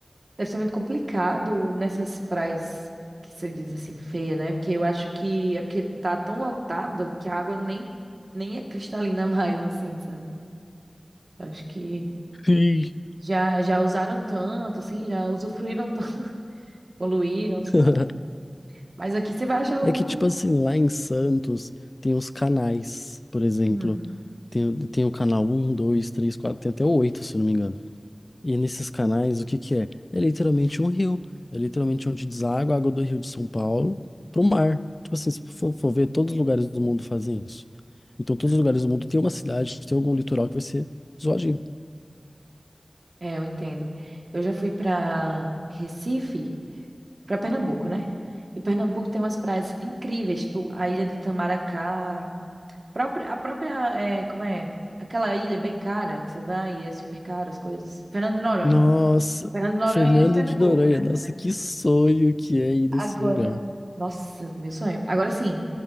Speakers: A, on the right; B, on the left.
A: deve ser muito complicado nessas praias que você diz assim, feia, né? Porque eu acho que é porque tá tão lotado que a água nem, nem é cristalina <laughs> mais, assim, sabe? Eu Acho que
B: Sim.
A: Já, já usaram tanto, assim, já usufruíram tanto, <laughs> poluíram, sei
B: <laughs>
A: lá. Mas aqui você vai achar alguns.
B: É que, tipo assim, lá em Santos tem os canais, por exemplo.
A: Uhum.
B: Tem, tem o canal um, 2, 3, 4, tem até o 8, se eu não me engano. E nesses canais, o que que é? É literalmente um rio. É literalmente onde deságua a água do Rio de São Paulo pro mar. Tipo assim, se for, for ver, todos os lugares do mundo fazem isso. Então, todos os lugares do mundo tem uma cidade, tem algum litoral que vai ser zoadinho.
A: É, eu entendo. Eu já fui para Recife, para Pernambuco, né? E Pernambuco tem umas praias incríveis, tipo a ilha do Tamaracá, própria- a própria, é, como é? Aquela ilha bem cara que você vai e é super caro as coisas. Fernando de Noronha.
B: Nossa,
A: Fernando de Noronha
B: Fernando
A: é Pernambuco,
B: de Noronha,
A: né?
B: nossa, que sonho que é ir
A: Agora,
B: nesse lugar.
A: nossa, meu sonho. Agora sim,